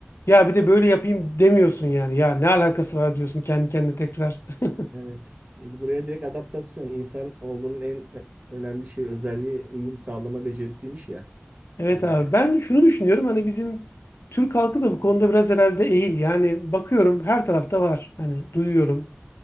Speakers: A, on the left; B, on the right.
A: ya bir de böyle yapayım demiyorsun yani. Ya ne alakası var diyorsun kendi kendine tekrar. <laughs>
B: Evet. E, Buraya direkt adaptasyon. İnsan oğlunun en ö- önemli şey özelliği uyum sağlama becerisiymiş ya.
A: Evet
B: Ee,
A: abi ben şunu düşünüyorum hani bizim Türk halkı da bu konuda biraz herhalde ehil. Yani bakıyorum her tarafta var. Hani duyuyorum.